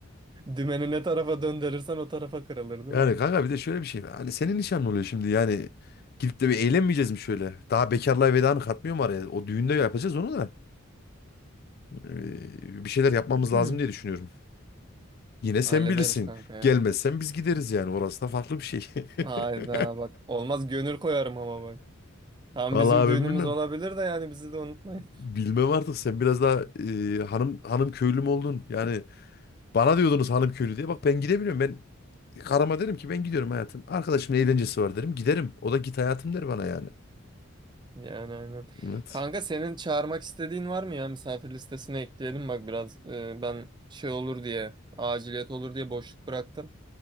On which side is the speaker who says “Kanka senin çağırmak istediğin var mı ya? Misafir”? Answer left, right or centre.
Right